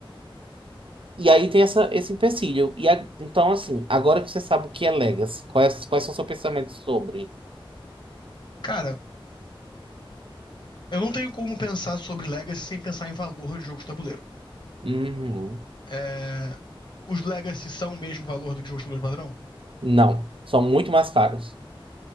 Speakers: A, on the right (about 70°); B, on the left (about 55°).
A: E aí tem essa, esse empecilho. E a- então, assim, agora que você sabe o que é Legacy, quais, quais são seus pensamentos sobre?
B: Cara, eu não tenho como pensar sobre Legacy sem pensar em valor de jogo de tabuleiro.
A: Uhum.
B: É, os Legacy são o mesmo valor do que o jogo de tabuleiro padrão?
A: Não, são muito mais caros.